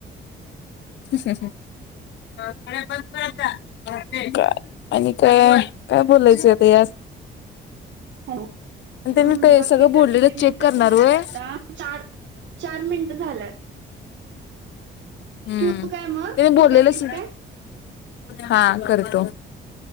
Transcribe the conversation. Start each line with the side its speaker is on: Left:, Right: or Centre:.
Left: <unintelligible> काय, आणी काय, काय बोलायच आता यास.
Right: हॅलो
Left: आणि त्यांनी
Right: हूं
Left: ते
Right: बाकी
Left: सगळं बोललेलं
Right: तर किती मिनिट
Left: चेक करणार
Right: झाली,
Left: होय
Right: आता चार, चार मिनिट झाल्यात.
Left: हूं
Right: ठेवू काय मग
Left: त्यांन बोललेलंस.
Right: तू करतीस काय
Left: हा करतो.